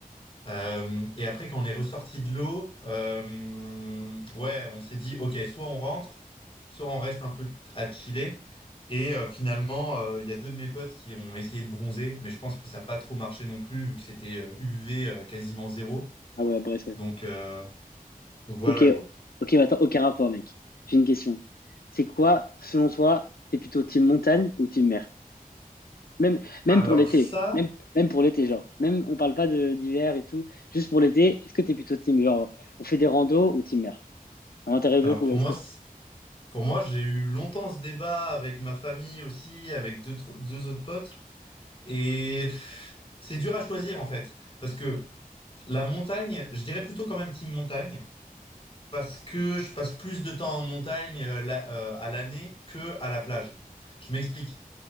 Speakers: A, on the left (about 40°); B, on the left (about 80°).
A: Euh, et après, quand on est ressorti de l'eau, euh, ouais, on s'est dit, OK, soit on rentre, soit on reste un peu à chiller. Et euh, finalement, euh, il y a deux de mes potes qui ont essayé de bronzer, mais je pense que ça n'a pas trop marché non plus, vu que c'était euh, UV euh, quasiment zéro.
B: Ah ouais, bref, ouais.
A: Donc, euh, donc voilà
B: Ok,
A: quoi.
B: ok, mais attends, aucun rapport, mec. J'ai une question. C'est quoi, selon toi, t'es plutôt team montagne ou team mer? Même, même
A: Alors
B: pour l'été.
A: ça,
B: Même, même pour l'été, genre. Même, on parle pas de d'hiver et tout. Juste pour l'été, est-ce que t'es plutôt team, genre, on fait des randos ou team mer? Ça m'intéresse
A: alors
B: beaucoup,
A: pour
B: est-ce
A: moi,
B: que.
A: c- pour moi, j'ai eu longtemps ce débat avec ma famille aussi, avec deux, tro- deux autres potes, et pff, c'est dur à choisir en fait, parce que la montagne, je dirais plutôt quand même team montagne, parce que je passe plus de temps en montagne euh, la- euh, à l'année que à la plage. Je m'explique.